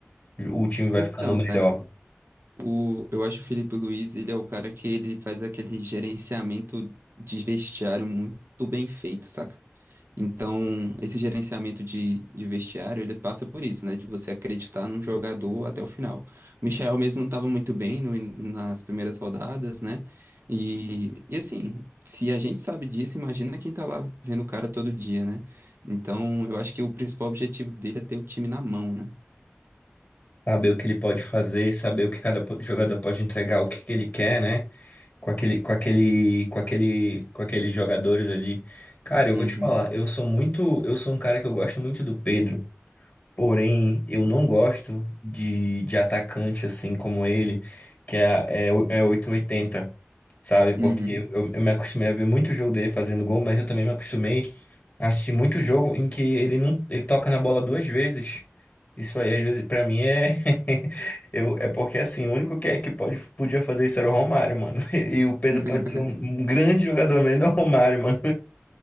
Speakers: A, on the left; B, on the right.
A: O time vai
B: Então,
A: ficando melhor.
B: cara, o, eu acho o Felipe Luiz, ele é o cara que ele faz aquele gerenciamento de vestiário muito bem feito, saca? Então, esse gerenciamento de, de vestiário, ele passa por isso, né? De você acreditar num jogador até o final. O Michael mesmo não estava muito bem no in- nas primeiras rodadas, né? E, e assim, se a gente sabe disso, imagina quem tá lá vendo o cara todo dia, né? Então, eu acho que o principal objetivo dele é ter o time na mão, né?
A: Saber o que ele pode fazer, saber o que cada po- jogador pode entregar, o que que ele quer, né? Com aquele, com aquele, com aquele, com aqueles jogadores ali. Cara, eu
B: Uhum,
A: vou te falar, eu sou muito, eu sou um cara que eu gosto muito do Pedro, porém eu não gosto de, de atacante assim como ele, que é, é, o- é oitocentos e oitenta sabe? Porque
B: uhum.
A: eu, eu eu me acostumei a ver muito jogo dele fazendo gol, mas eu também me acostumei a assistir muito jogo em que ele não, ele toca na bola duas vezes. Isso aí, às vezes, pra mim é. <laughs> eu, é porque, assim, o único que, é- que pode, podia fazer isso era o Romário, mano. <laughs> E, o Pedro
B: <laughs>
A: pode ser um, um grande jogador, mas não é o Romário, mano.